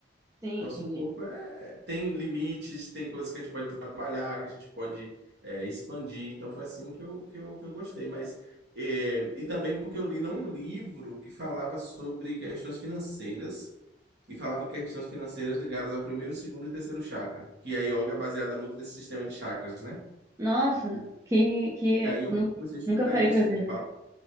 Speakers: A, on the right (about 15°); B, on the right (about 60°).
A: Sim,
B: Nosso
A: entendi.
B: corpo é, é- tem limites, tem coisas que a gente pode trabalhar, que a gente pode é, expandir. Então foi assim que eu, que eu, que eu gostei. Mas é, e também porque eu li num livro que falava sobre questões financeiras e falava de questões financeiras ligadas ao primeiro, segundo e terceiro chakra, que a yoga é baseada muito nesse sistema de chakras, né?
A: Nossa, que, que
B: E aí eu
A: nu-
B: comecei a estudar
A: nunca parei
B: isso,
A: pra ver.
B: porque fala,